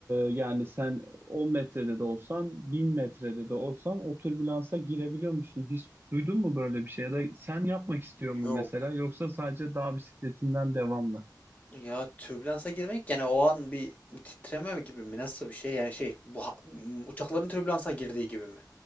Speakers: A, on the right (about 30°); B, on the left (about 20°).
A: yani sen 10 metrede de olsan, 1000 metrede de olsan o türbülansa girebiliyormuşsun. Hiç duydun mu böyle bir şey? Ya da sen yapmak istiyor
B: Yok
A: mu mesela? Yoksa sadece dağ bisikletinden devam mı?
B: ya türbülansa girmek yani o an bir titreme gibi mi nasıl bir şey yani şey bu ha- m, uçakların türbülansa girdiği gibi mi?